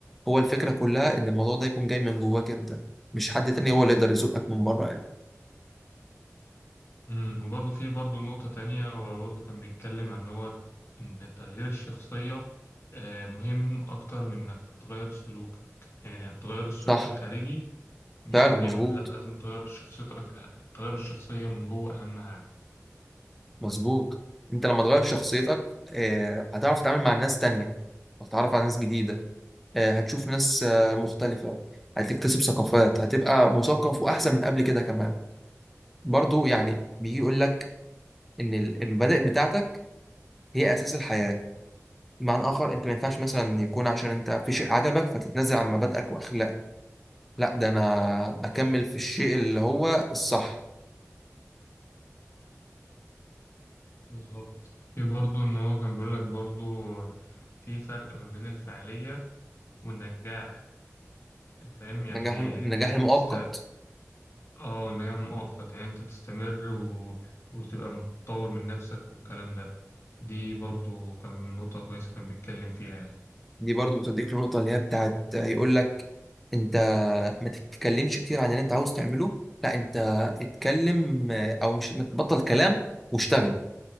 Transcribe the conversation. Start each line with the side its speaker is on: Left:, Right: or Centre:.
Centre: هو الفكره كلها ان الموضوع ده يكون جاي من جواك انت مش حد تاني هو اللي يقدر يزقك من بره يعني
Left: امم وبرضه في برضه نقطة تانية هو برضه كان بيتكلم عن هو ان تغيير الشخصية آه، مهم اكتر من انك تغير سلوكك يعني تغير السلوك
Centre: صح
Left: الخارجي مش
Centre: فعلا
Left: مهم
Centre: مظبوط
Left: لا لازم تغير شخصيتك أهم. تغير الشخصية من جوه اهم حاجة
Centre: مظبوط انت لما تغير شخصيتك آه، هتعرف تتعامل مع ناس تانية هتتعرف على ناس جديدة آه، هتشوف ناس آه، مختلفة هتكتسب ثقافات هتبقى مثقف وأحسن من قبل كده كمان برضو يعني بيجي يقول لك إن ال- المبادئ بتاعتك هي أساس الحياة بمعنى آخر أنت ما ينفعش مثلا يكون عشان أنت في شيء عجبك فتتنازل عن مبادئك وأخلاقك لا ده أنا أكمل في الشيء اللي هو الصح
Left: بالظبط في برضه إن هو كان بيقول لك برضه في فرق ما بين الفعالية والنجاح فاهم يعني
Centre: النجاح
Left: إيه
Centre: النجاح
Left: إنك
Centre: المؤقت
Left: تست آه النجاح مؤقت يعني أنت تستمر و... وتبقى متطور من نفسك والكلام ده دي برضه كان نقطة كويسة كان بيتكلم فيها يعني.
Centre: دي برضو بتوديك للنقطة اللي هي بتاعت آه، يقول لك انت ما تتكلمش كتير عن اللي انت عاوز تعمله لا انت اتكلم آه، او مش ما تبطل كلام واشتغل